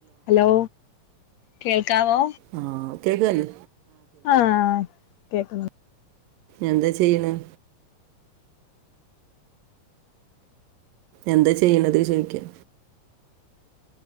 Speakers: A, on the left; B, on the right.
A: Hello കേൾക്കാവോ
B: ആഹ് കേക്കന്നെ
A: ആഹ് കേക്കുന്നു
B: എന്താ ചെയ്യ്ണ എന്താ ചെയ്യണത് ശരിക്കും